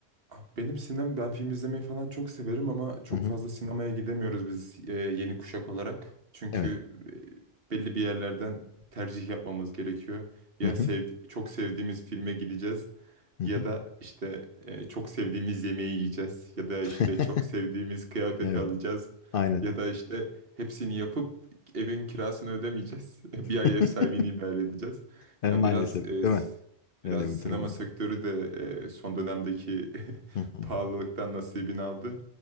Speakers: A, on the right; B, on the left.
A: Abi Benim sinem ben film izlemeyi falan çok severim ama çok
B: Hı hı.
A: fazla sinemaya gidemiyoruz biz e, yeni kuşak olarak. Çünkü
B: Evet.
A: e, belli bir yerlerden tercih yapmamız gerekiyor. Ya
B: Hı hı.
A: sev, çok sevdiğimiz filme gideceğiz
B: Hı
A: ya
B: hı.
A: da işte e, çok sevdiğimiz yemeği yiyeceğiz ya da işte
B: <laughs>
A: çok sevdiğimiz kıyafeti
B: Evet.
A: alacağız
B: Aynen.
A: ya da işte hepsini yapıp evin kirasını ödemeyeceğiz. <laughs> Bir ay
B: <laughs>
A: ev sahibini idare edeceğiz.
B: Maalesef,
A: Ya biraz e,
B: değil
A: s-
B: mi? Öyle
A: Biraz
B: bir
A: sinema
B: durum
A: sektörü
B: var.
A: de e, son dönemdeki <laughs>
B: Hı hı.
A: pahalılıktan nasibini aldı.